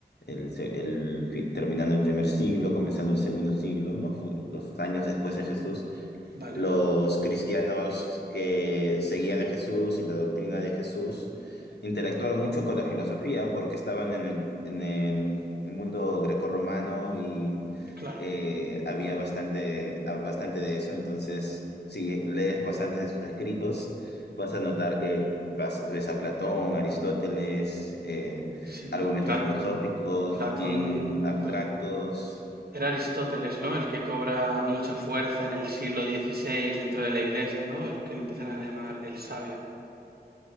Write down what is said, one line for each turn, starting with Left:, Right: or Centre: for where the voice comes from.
Left: el se- el fi- terminando el primer siglo, comenzando el segundo siglo, ¿no? Fu- Los años después de Jesús.
Right: Vale,
Left: los cristianos que seguían a Jesús y la doctrina de Jesús interactuaron mucho con la filosofía porque estaban en el, en el- el mundo grecorromano y
Right: claro.
Left: eh, había bastante, ah, bastante de eso. Entonces, si lees bastantes de sus escritos, vas a notar que vas- ves a Platón, Aristóteles, eh,
Right: Sí,
Left: argumentos
Right: claro.
Left: filosóficos
Right: Platón,
Left: bien abstractos.
Right: pero era Aristóteles, ¿no? El que cobra mucha fuerza en el siglo XVI dentro de la iglesia, ¿no? El que lo empiezan a llamar el sabio.